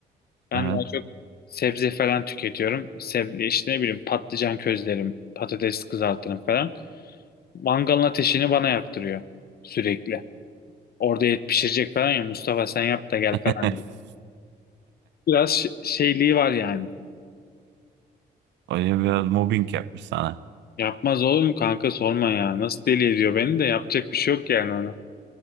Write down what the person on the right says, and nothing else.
Evet.
<laughs>
Hoca biraz mobbing yapmış sana.